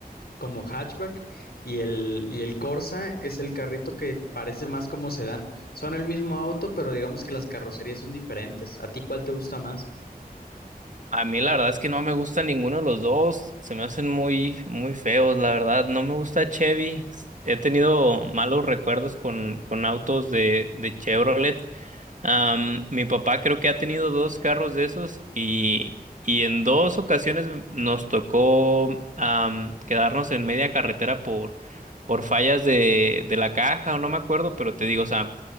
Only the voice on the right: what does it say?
A mí la verdad es que no me gusta ninguno de los dos, se me hacen muy, muy feos, la verdad, no me gusta Chevy. He tenido malos recuerdos con, con autos de, de Chevrolet. Am, mi papá creo que ha tenido dos carros de esos y, y en dos ocasiones nos tocó am, quedarnos en media carretera por, por fallas de, de la caja o no me acuerdo, pero te digo, o sea...